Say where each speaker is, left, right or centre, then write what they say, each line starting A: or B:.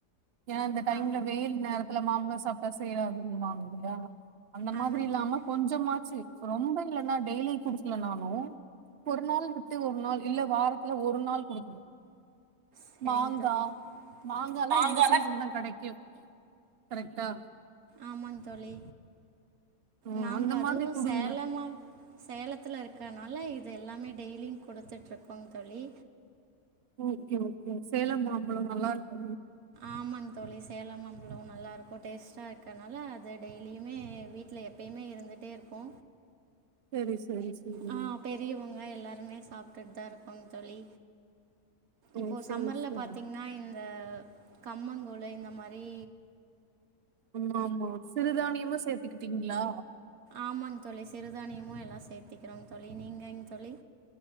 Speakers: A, on the right (about 50°); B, on the right (about 75°).
A: ஏனா இந்த டைம்ல
B: ஆ
A: வெயில் நேரத்துல மாம்பழ சாப்டா சேறாதுனுவாங்க இல்லயா மாதிரி
B: ஆமாங்
A: இல்லாம
B: தோழி
A: கொஞ்சமாச்சு ரொம்ப இல்லன்னா டெய்லி குடுக்ல நாளு ஒரு நாள் விட்டு ஒரு நாள் இல்ல வாரத்துல ஒரு நாள் குடுக்கனு
B: சரிங்
A: மாங்கா
B: தோழி
A: மாங்கால்லா
B: நாங்கலா
A: இந்த சீசன் தா கடைக்கு கரெக்டா
B: ஆமாங் தோழி
A: ம்
B: நாங்க
A: அந்த
B: அதுவு
A: மாதிரி குடுங்க
B: சேலமா சேலத்ல இருக்கனால இது எல்லாமே டெய்லியு குடுத்துட்ருக்கோ தோழி
A: ஓகே ஓகே சேலம் மாம்பழம் நல்லாருக்கு
B: ஆமாங் தோழி சேலம் மாம்பழோ நல்லாருக்கு டேஸ்ட்டா இருக்கனால அது டெய்லியுமே வீட்ல எப்பயுமே இருந்துட்டே இருக்கூ
A: செரி செரி செரி
B: ஆ பெரியவங்க எல்லாருமே சாப்ட்டுட் தா இருக்கோங் தோழி
A: ஓ
B: இப்போ
A: செரி
B: சம்மர்ல
A: செரி
B: பாத்தீங்கன்னா இந்த கம்மங்கூழு இந்த மாரி
A: ஆமா ஆமா சிறுதானியமு சேத்துக்கிட்டீங்களா
B: ஆமாங் தோழி சிறுதானியமு எல்லா சேத்திக்கிறோ தோழி நீங்கங் தோழி